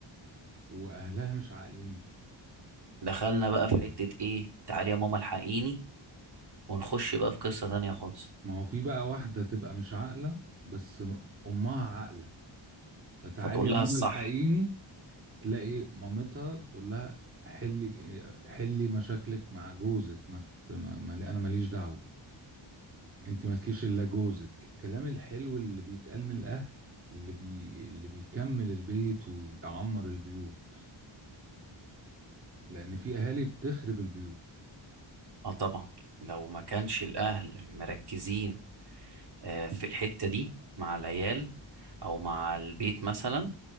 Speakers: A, on the right (about 30°); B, on the right (about 55°).
A: وأهلها مش عاقلين
B: دخلنا بقى في حتة ايه تعالي يا ماما الحقيني ونخش بقى في قصة تانية خالص
A: ما هو في بقى واحدة تبقى مش عاقلة بس أمها عاقلة فتعالي
B: فتقول
A: يا
B: لها
A: ماما
B: الصح
A: الحقيني تلاقي مامتها بتقول لها حلي حلي مشاكلك مع جوزك ما, ت- ما ما- أنا ماليش دعوة أنت مالكيش إلا جوزك الكلام الحلو اللي بيتقال من الأهل اللي بي اللي بيكمل البيت ويعمر البيوت لأن في أهالي بتخرب البيوت
B: اه طبعا لو ما كانش الاهل مركزين آه، في الحتة دي مع العيال او مع البيت مثلا